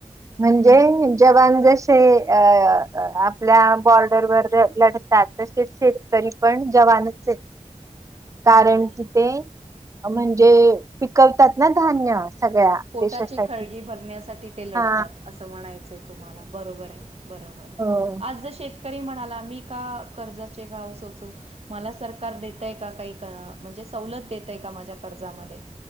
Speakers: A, on the right; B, on the right.
A: म्हणजे
B: हं.
A: जवन ज अ आपल्या बॉर्डरवर लढतात तसेच शेतकरी पण जवानच आहेत कारण
B: हम्म.
A: कि ते म्हणजे पिकवतात ना धान्य. सगळ्या
B: पोटाची
A: देशासाठी
B: खळगी भरण्यासाठी ते लढतात
A: हा
B: असं म्हणायचे तुम्हाला बरोबर आहे बरोबर आहे.
A: हो हो
B: शेतकरी म्हणा मी का कर्जाचे गाव सोच मला सरकार देतय का काही म्हणजे सवलत देतय का माझ्या कर्जामध्ये